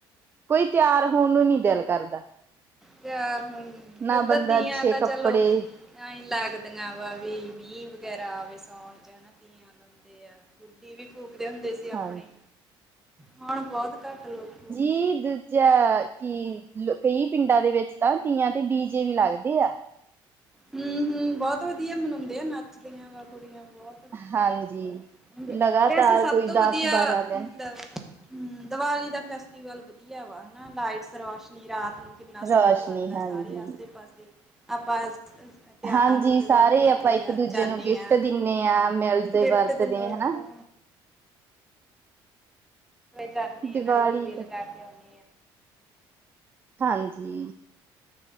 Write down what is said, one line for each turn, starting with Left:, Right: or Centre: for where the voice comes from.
Right: ਕੋਈ ਤਿਆਰ, ਹੋਣ ਨੂੰ ਨੀ, ਦਿਲ ਕਰਦਾ।
Centre: ਤਿਆਰ ਹੋਓਗੀ।
Right: ਨਾ
Centre: ਓਦਾਂ
Right: ਬੰਦਾ
Centre: ਤੀਆਂ
Right: ਅੱਛੇ
Centre: ਤਾਂ ਚਲੋ।
Right: ਕੱਪੜੇ
Centre: ਤਾਂਹੀ ਲੱਗਦੀਆਂ ਵਾ, ਵੀ। ਮੀਂਹ ਵਗੈਰਾ ਆਵੇ ਸੌਣ ਚ ਤੀਆਂ। ਲਾਦੇ ਆ। ਗੁੱਡੀ ਵੀ ਫੂਕਦੇ, ਹੁੰਦੇ ਸੀ, ਆਪਣੇ।
Right: ਹਾਂਜੀ
Centre: ਹੁਣ ਬਹੁਤ, ਘੱਟ ਲੋਕੀ
Right: ਈਦ। ਜਾਂ ਕੀ, ਕਈ ਪਿੰਡਾਂ ਦੇ ਵਿੱਚ ਤਾਂ, ਤੀਆਂ ਤੇ ਡੀ ਜੇ, ਵੀ ਲੱਗਦੇ ਆ।
Centre: ਹੂੰ- ਹੂੰ, ਬਹੁਤ ਵਧੀਆ ਮਨਾਉਂਦੇ ਆ। ਨੱਚਦੀਆਂ ਵਾ ਕੁੜੀਆਂ ਬਹੁਤ।
Right: ਹਾਂਜੀ ਲਗਾਤਾਰ
Centre: ਵੈਸੇ, ਸਭ
Right: ਕੋਈ
Centre: ਤੋਂ ਵਧੀਆ,
Right: ਦਸ ਬਾਰਾਂ ਦਿਨ
Centre: ਮਤਲਬ। ਹੂੰ। ਦੀਵਾਲੀ ਦਾ ਫੈਸਟੀਵਲ ਵਧੀਆ ਵਾ, ਹਨਾ। ਲਾਈਟਸ, ਸਵਾਸ਼ ਰਾਤ ਨੂੰ। ਕਿੰਨਾ ਸੋਹਣਾ,
Right: ਰੌਸ਼ਨੀ
Centre: ਲੱਗਦਾ।
Right: ਹਾਂਜੀ
Centre: ਸਾਰੇ ਆਸੇ- ਪਾਸੇ ਆਪਾਂ। ਤਿਆਰ
Right: ਹਾਂਜੀ
Centre: ਹੋ ਕੇ,
Right: ਸਾਰੇ
Centre: ਗੁਰਦੁਆਰੇ
Right: ਆਪਾਂ ਇੱਕ ਦੂਜੇ
Centre: ਜਾਂਦੇ
Right: ਨੂੰ ਗਿਫਟ
Centre: ਹਾਂ।
Right: ਦਿੰਨੇ ਆ ਮਿਲਦੇ
Centre: ਗਿਫਟ
Right: ਵਰਤਦੇ
Centre: ਦਿੰਦੇ
Right: ਆ
Centre: ਹਾਂ।
Right: ਹਨਾ।
Centre: ਜਾਂਦੇ
Right: ਦੀਵਾਲੀ
Centre: ਆ ਨਾਲੇ, ਦੀਵੇ
Right: ਤੇ
Centre: ਲਗਾ ਕੇ ਆਉਂਨੇ।
Right: ਹਾਂਜੀ।